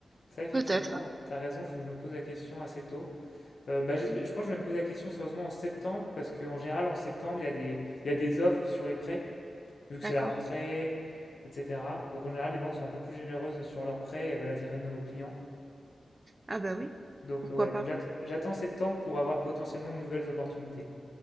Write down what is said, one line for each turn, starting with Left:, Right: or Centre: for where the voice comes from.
Left: Ça, effectivement,
Right: peut-être. hein.
Left: euh, t'as raison, faut que je me pose la question assez tôt. Euh, bah, j'espère-
Right: Mm,
Left: je pense que je vais me poser la question sérieusement en septembre, parce qu'en général, en septembre, il y a des, il y a des offres sur les prêts vu que
Right: D'accord.
Left: c'est la rentrée, etc. Donc en général, les banques sont un peu plus généreuses sur leurs prêts et elles veulent attirer de nouveaux clients.
Right: Ah bah oui,
Left: Donc
Right: pourquoi
Left: euh, ouais,
Right: pas.
Left: donc j'att- j'attends septembre pour avoir potentiellement de nouvelles opportunités.